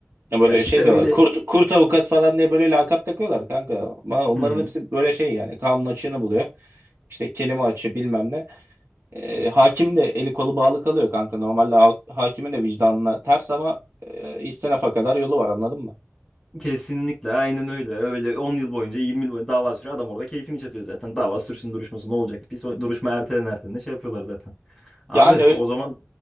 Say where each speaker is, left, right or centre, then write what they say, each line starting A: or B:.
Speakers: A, on the right (about 55°); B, in the centre.
A: Ya böyle
B: Ya işte
A: şey
B: öyle
A: diyorlar. Kurt kurt avukat falan diye böyle lakap takıyorlar kanka. Ama onların
B: Hı hı.
A: hepsi böyle şey yani. Kanun açığını buluyor. İşte kelime açığı bilmem ne. Ee, hakim de eli kolu bağlı kalıyor kanka. Normalde ha- hakimin de vicdanına ters ama e, istinafa kadar yolu var anladın mı?
B: Kesinlikle aynen öyle. Öyle 10 yıl boyunca 20 yıl boyunca dava sürüyor. Adam orada keyfini çatıyor zaten. Dava sürsün duruşması ne olacak? Bir so- duruşma ertelen ertelen şey yapıyorlar zaten. Abi
A: Yani ö-
B: o zaman